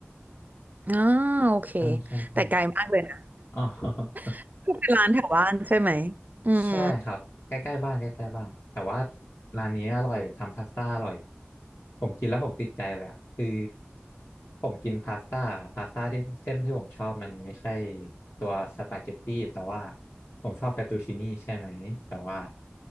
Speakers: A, on the right; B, on the left.
A: อ่าโอเค
B: ใช่ใช่ใช่
A: แต่ไกลมากเลยนะ
B: อ๋อ
A: <laughs> เป็นร้านแถวบ้านใช่ไหมอืม
B: ใช่ครับใกล้ๆบ้านใกล้ๆบ้านแต่ว่าร้านนี้อร่อยทำพาสต้าอร่อยผมกินแล้วผมติดใจเลยอะคือผมกินพาสต้าพาสต้าที่เส้นที่ผมชอบมันไม่ใช่ตัวสปาเกตตี้แต่ว่าผมชอบเฟตตูชินี่ใช่ไหมแต่ว่า